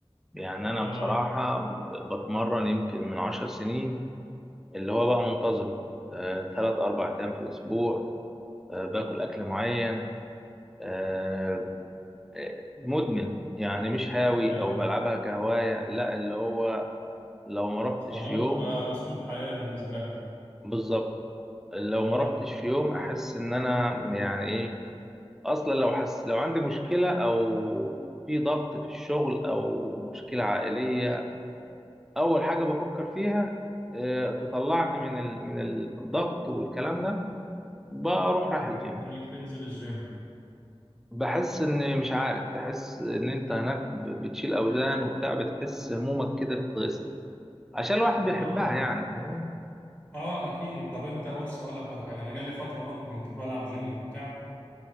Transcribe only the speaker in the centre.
يعني انا
بصراحه ب- بتمرن يمكن من عشر سنين اللي هو بقى منتظم آه تلات اربع ايام في الاسبوع آه باكل اكل معين آه، مدمن يعني مش هاوي
او بلعبها كهواية لا اللي هو لو ما رحتش
في يوم
بالظبط لو
ما رحتش في يوم احس ان انا يعني ايه اصلا لو حس لو عندي مشكلة او في ضغط في الشغل او مشكلة عائلية اول حاجة بفكر فيها آه، تطلعني من ال... من ال- الضغط والكلام ده بروح رايح
الجيم
بحس ان مش عارف تحس ان انت هناك ب- بتشيل اوزان وبتاع بتحس همومك كده بتتغسل عشان الواحد بيحبها
يعني فاهمني